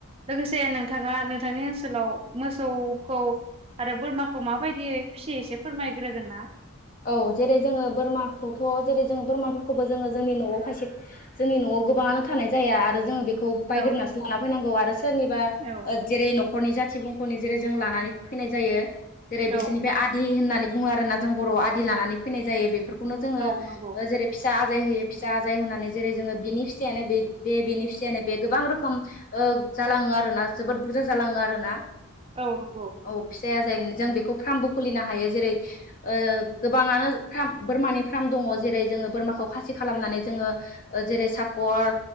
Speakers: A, on the right (about 25°); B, on the left (about 40°).
A: लोगोसे नोंथाङा नोंथांनि ओनसोलाव मोसौखौ आरो बोरमाखौ माबायदियै फियो एसे फोरमायग्रोगोन ना?
B: औ जेरै जोङो बोरमाखौथ' जेरै जोङो बोरमाफोरखौबो जोङो जोंनि न'आव खायसे जोंनि न'आव गोबांनो थानाय जाया आरो जों बेखौ
A: औ
B: बायग्रोनासो लाना फैनांगौ आरो सोरनिबा
A: औ
B: जेरै नख खरनि जाथि बुंखनि जेरै जों लानानै फैनाय जायो जेरै बिसोरनिफ्राय
A: औ
B: आदि होनना बुंओ आरोना जों बर'आव आदि लानानै फैनाय जायो बेफोरखौनो जोङो
A: औ नंगौ
B: जेरै फिसा आजाय होयो फिसा आजाय होनानै जेरै जोङो बिनि फिसायानो बे बे बिनि फिसायानो बे गोबां रोखोम ओ जालाङो आरोना जोबोद बुरजा जालाङो आरोना।
A: औ नंगौ।
B: औ फिसाया जों बेखौ फार्मबो खुलिनो हायो जेरै ओ गोबाङानो फार्म बोरमानि फार्म दङ जेरै जोङो बोरमाखौ खासि खालामनानै जोङो ओ जेरै सापर